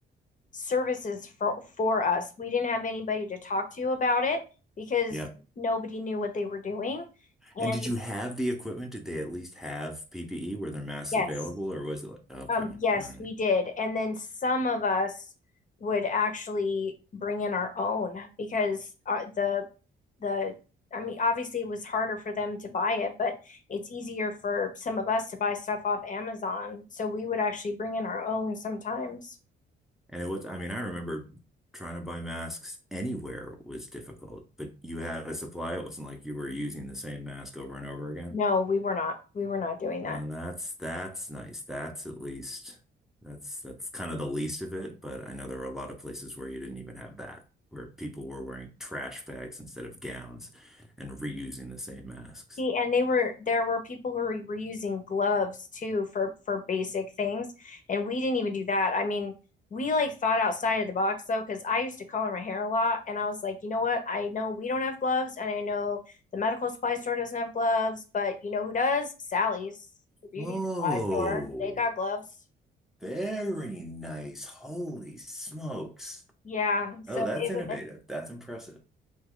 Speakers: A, on the left (about 40°); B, in the centre.
A: services for for us. We didn't have anybody to talk to about it because
B: Yep.
A: nobody knew what they were doing. And
B: And did you have the equipment? Did they at least have PPE? Were there masks
A: yes.
B: available, or was it like, okay,
A: Um, yes,
B: all right.
A: we did. And then some of us would actually bring in our own because uh, the the I mean, obviously it was harder for them to buy it, but it's easier for some of us to buy stuff off Amazon. So we would actually bring in our own sometimes.
B: And it was, I mean, I remember trying to buy masks anywhere was difficult, but you had a supply. It wasn't like you were using the same mask over and over again.
A: No, we were not. We were not doing
B: And
A: that.
B: that's that's nice. That's at least that's that's kind of the least of it, but I know there were a lot of places where you didn't even have that, where people were wearing trash bags instead of gowns and reusing the same masks.
A: See, and they were there were people who were reusing gloves too for for basic things, and we didn't even do that. I mean, we like thought outside of the box though, because I used to color my hair a lot, and I was like, you know what? I know we don't have gloves, and I know the medical supply store doesn't have gloves, but you know who does? Sally's, the beauty
B: Oh.
A: supply store. They got gloves.
B: Very nice. Holy smokes.
A: Yeah, so
B: Oh, that's
A: it
B: innovative.
A: <laughs> was.
B: That's impressive.